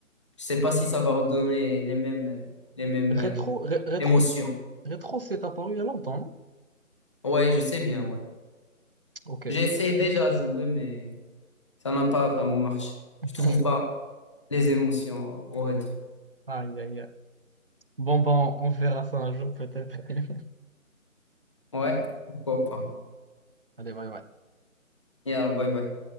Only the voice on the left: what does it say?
je sais pas si ça va redonner les mêmes, euh, les mêmes
euh,
émotions.
Ouais, je sais bien, ouais.
J'ai essayé déjà à jouer, mais... Ça n'a pas vraiment marché.
Je trouve pas les émotions au rétro.
Ouais, pourquoi pas.
Et alors, bye bye.